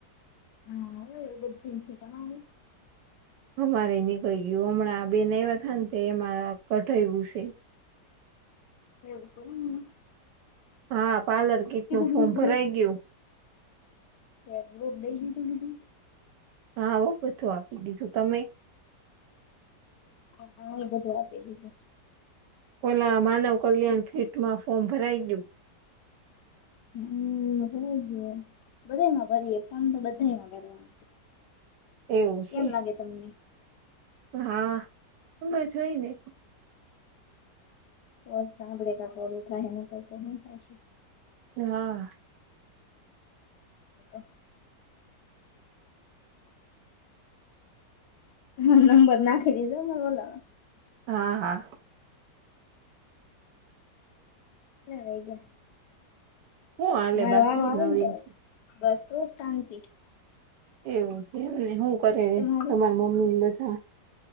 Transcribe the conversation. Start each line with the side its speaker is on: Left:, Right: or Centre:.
Left: હા એ બધુ નિકળી ગયું તમારે
Right: અમારે નીકળી ગયું હમણાં બેન આવી તાને તો એમાં કઢાવ્યુ સે
Left: એવું કોને મન
Right: હા પાર્લર કીટ નું
Left: બધું
Right: ફોર્મ ભરાઈ ગયું
Left: હા ગ્રુપ દઈ દીધું ન તું
Right: હા હો બધું આપી દીધુ તમે?
Left: હ હા એ બધું આપી દીધું છે.
Right: ઓલા માનવ કલ્યાણ કીટમાં ફોર્મ ભરાઈ ગયું.
Left: હમ્મ ભરાય ગયું બધામાં ભરીયએ ફોમ તો બધામાં ભરવાનું
Right: એવું છે
Left: કેમ લાગે તમને
Right: હા એમ જ હોયને
Left: ઓ સાંભળે તા કોલ થાહે નકર તો શુ થાયે
Right: હા.
Left: હ હા નંબર નાખી દીધો ન ઓલો
Right: હા હા.
Left: કેટલા વાગ્યા
Right: હું હાલે
Left: મારો
Right: બાકી
Left: વારો આવેને
Right: નવીન
Left: તો બસ ખૂબ શાંતિ
Right: એવું સે એમને શું કરે
Left: તમારું
Right: તમારા મમ્મી ને બધા